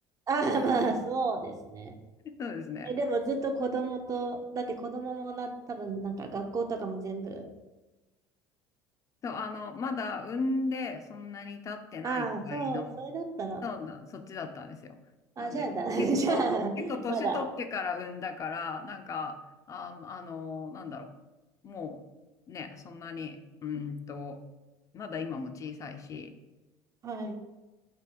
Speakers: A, on the right; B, on the left.
A: ああ、まあそうですね。
B: <laughs> そうですね。
A: え、でもずっと子供と、だって子供もな、多分なんか学校とかも全部。
B: そう、あの、まだ産んでそんなに経ってないくらいの、
A: ああ、そう、それだったら。
B: そうなん、そっちだったんですよ。
A: あ、
B: なんで、
A: じゃあだ、<laughs>
B: 結構、
A: じゃあ、
B: 結構年取ってから産んだから、
A: まだ。
B: なんか、あ、あの、なんだろう。もう、ね、そんなに、うーんと、まだ今も小さいし、
A: はい。